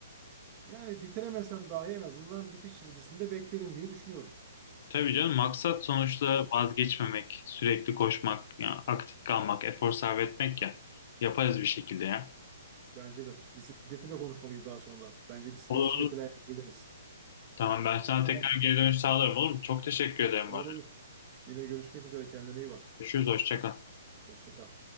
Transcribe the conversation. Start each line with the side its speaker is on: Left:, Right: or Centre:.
Right: yani bitiremesem dahi en azından bitiş çizgisinde beklerim diye düşünüyorum.
Left: Tabii canım maksat sonuçta vazgeçmemek, sürekli koşmak, ya aktif kalmak, efor sarf etmek ya. Yaparız bir şekilde ya.
Right: Bence de. Bisikleti de konuşmalıyız daha sonra. Bence bisiklet
Left: Olur
Right: için de
Left: olur.
Right: plan yapabiliriz.
Left: Tamam ben sana tekrar
Right: Tamam.
Left: geri dönüş sağlarım olur mu? Çok teşekkür ederim
Right: Olur
Left: bana.
Right: olur. Yine görüşmek üzere. Kendine iyi bak.
Left: Görüşürüz hoşça kal.
Right: Hoşça kal.